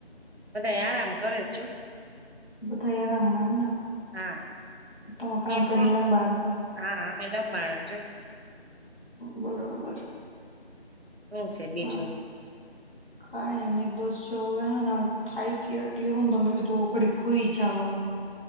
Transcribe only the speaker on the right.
બધાય આરામ કરે સે જો.
હા
મેં
પણ
હા અમે લંબાણા જો.
શું છે બીજું